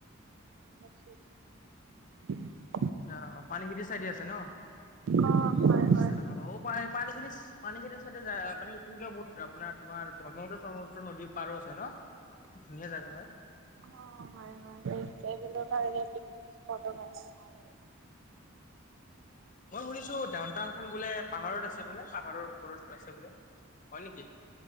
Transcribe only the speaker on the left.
আ পানীখিতি চাইডে আছে ন
আচ্ছা
পায় পানী খিনি পানী খেতিৰ চাইডে যায় পানী খতি বহুত আপোনাৰ তোম ব্ৰহ্মপুত্ৰ চ্ৰ্মপত্ৰ নদীৰ পাৰো আছে ন ধুনীয়া জাগা হয়।
মই শুনিছো ডউন টাউন খন বোলে পাহাৰত আছে বোলে পাহাৰৰ ওপৰত আছে বোলে হয় নেকি?